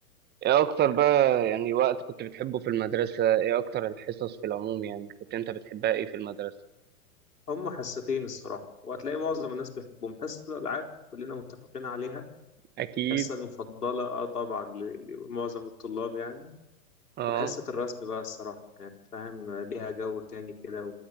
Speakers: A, on the right; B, on the left.
A: ايه اكتر بقى يعني وقت كنت بتحبه في المدرسه ايه اكتر الحصص في العموم يعني كنت انت بتحبها ايه في المدرسه
B: هما حصتين الصراحة وهتلاقي معظم الناس بيحبهم حصة الألعاب كلنا متفقين عليها
A: اكيد
B: الحصة المفضلة آه طبعا ل- لمعظم الطلاب يعني
A: اه
B: وحصة الرسم بقى الصراحة كانت فاهم ليها جو تاني كده